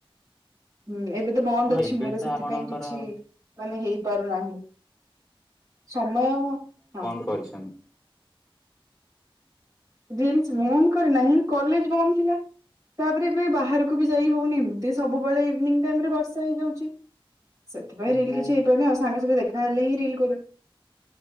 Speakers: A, on the right (about 40°); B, in the centre.
A: ହୁଁ ଏବେତ ବନ୍ଦ
B: ହଁ
A: ଅଛି
B: ଏବେ
A: ମୋର
B: ତ
A: ସେଥିପାଇଁ
B: ଆପଣଙ୍କର
A: କିଛି ମାନେ ହେଇପାରୁନାହିଁ। ସମୟ ହଁ।
B: କରିଛନ
A: ରିଲସ ମମ କରିନାହିଁ କଲେଜ ବନ୍ଦଥିଲା। ତାପରେ ଏବେ ବାହାରକୁବି ଯାଇ ହଉନି ଏମତି ସବୁବେଳେ ଇଭିନିଙ୍ଗ ଟାଇମରେ ବର୍ଷା ହେଇଯାଉଛି। ସେଥିପାଇଁ
B: ଓହୋ
A: ରିଲ କିଛି ହେଇପାରୁନି ଆଉ ସାଙ୍ଗ ସହିତ ଦେଖାହେଲେହିଁ ରିଲ କରୁ।